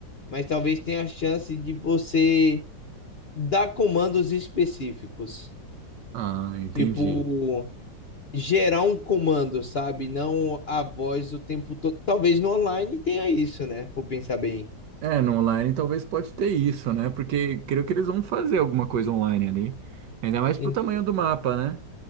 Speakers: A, on the left; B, on the right.
A: mas talvez tenha a chance de você dar comandos específicos.
B: Ah, entendi.
A: Tipo, gerar um comando, sabe? Não a voz o tempo todo. Talvez no online tenha isso, né? Vou pensar bem.
B: É, no online talvez pode ter isso, né? Porque creio que eles vão fazer alguma coisa online ali. Ainda mais
A: Em
B: pro tamanho do mapa, né?